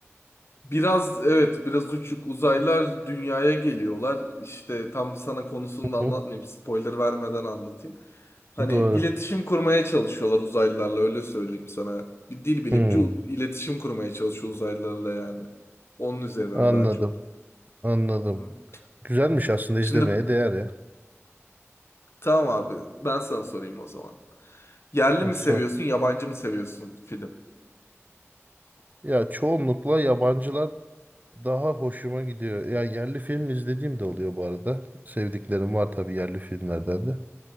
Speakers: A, on the left (about 55°); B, on the right (about 35°).
A: Biraz evet biraz uçuk uzaylılar dünyaya geliyorlar. İşte tam sana konusunu da
B: Hı
A: anlatmayayım. Spoiler vermeden anlatayım. Hani
B: hı, Doğru.
A: iletişim kurmaya çalışıyorlar uzaylılarla öyle söyleyeyim sana. Bir dil bilimci
B: Hmm,
A: u- iletişim kurmaya çalışıyor uzaylılarla yani. Onun üzerine
B: anladım,
A: daha çok.
B: anladım.
A: Tamam.
B: Güzelmiş aslında izlemeye
A: Şimdi
B: değer ya.
A: tamam abi ben sana sorayım o zaman. Yerli
B: Ha,
A: mi
B: sor.
A: seviyorsun yabancı mı seviyorsun film?
B: Ya çoğunlukla yabancılar daha hoşuma gidiyor. Yani yerli film izlediğim de oluyor
A: Hı
B: bu arada. Sevdiklerim var tabii yerli filmlerden de.